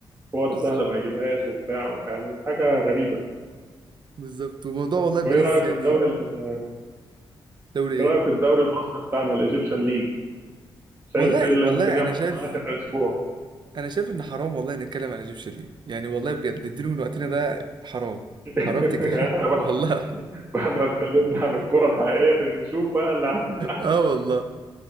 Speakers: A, on the right; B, on the right.
A: كور
B: بالظبط
A: سهلة ما يجيبهاش وبتاع يعني حاجة غريبة
B: بالظبط وموضوع والله باريس
A: وإيه رأيك
B: يعني
A: في الدوري ال-
B: دوري
A: إيه
B: إيه
A: رأيك في الدوري المصري بتاعنا الإيجيبشن ليج شايف
B: والله
A: إيه اللي
B: والله
A: ممكن يحصل
B: انا شايف
A: في آخر الأسبوع
B: انا شايف ان حرام والله نتكلم على ايجيبشن ليج يعني والله بجد نديله من وقتنا ده حرام
A: <laughs>
B: حرام تتكلم
A: يعني إحنا
B: <laughs>
A: بعد
B: والله <laughs>
A: بعد ما اتكلمنا عن الكرة الحقيقية نشوف بقى اللي عندنا
B: اه والله